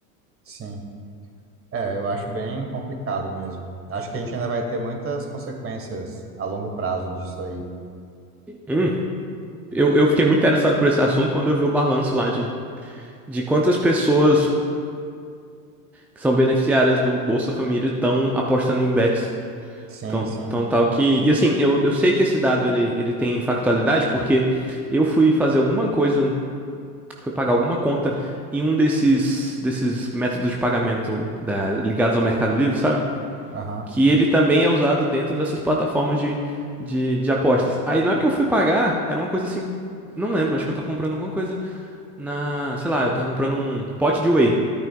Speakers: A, on the right; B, in the centre.
A: sim. É, eu acho bem complicado mesmo. Acho que a gente ainda vai ter muitas consequências a longo prazo disso aí.
B: Hum, eu, eu fiquei muito interessado por esse assunto quando eu vi o balanço lá de, de quantas pessoas que são beneficiárias do Bolsa Família estão apostando em bets.
A: Sim,
B: Então,
A: sim.
B: então tal que. E assim, eu, eu sei que esse dado ele, ele tem factualidade, porque eu fui fazer alguma coisa, fui pagar alguma conta em um desses, desses métodos de pagamento da- ligados ao Mercado Livre, sabe?
A: Aham,
B: Que ele também é usado dentro dessas plataformas de, de, de apostas. Aí na hora que eu fui pagar, era uma coisa assim. Não lembro, acho que eu tava comprando alguma coisa na. Sei lá, eu tava comprando um pote de whey.